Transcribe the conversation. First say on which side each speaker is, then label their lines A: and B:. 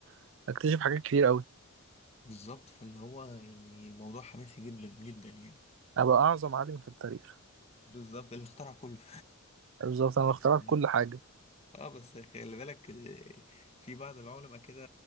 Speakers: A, on the right; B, on the left.
A: وهكتشف حاجات كتير قوي
B: بالظبط فاللي هو يعني الموضوع حماسي جدا جدا يعني
A: ابقى اعظم عالم في التاريخ
B: بالظبط اللي اخترع كله
A: بالظبط انا اخترعت
B: <laughs>
A: كل حاجه
B: اه بس خلي بالك آه، في بعض العلماء كده